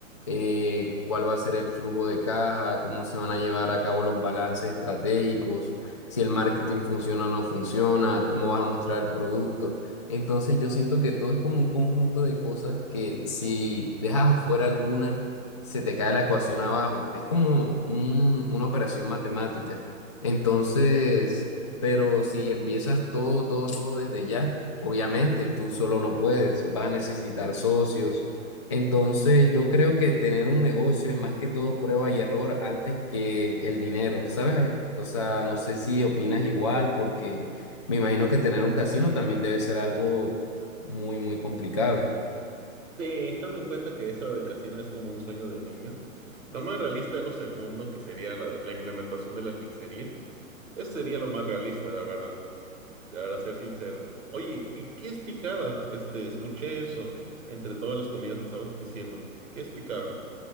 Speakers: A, on the left; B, on the right.
A: eh, cuál va a ser el flujo de caja, cómo se van a llevar a cabo los balances estratégicos si el marketing funciona o no funciona, cómo vas a mostrar el producto. Entonces yo siento que todo es como un conjunto de cosas que si dejas afuera alguna, se te cae la ecuación abajo. Es como un- una operación matemática. Entonces, pero si empiezas todo, todo, todo desde ya, obviamente tú solo no puedes, vas a necesitar socios entonces, yo creo que tener un negocio es más que todo prueba y error antes que el dinero, ¿sabes? O sea, no sé si opinas igual, porque me imagino que tener un casino también debe ser algo muy, muy complicado.
B: Sí, toma en cuenta que eso del casino es como un sueño de niño. Lo más realista es lo segundo, que sería la, la implementación de la pizzería. Eso sería lo más realista, la verdad, para ser sincero. Oye, ¿y qué es picada? Este, escuché eso entre todas las comidas que estabas diciendo. ¿Qué es picada?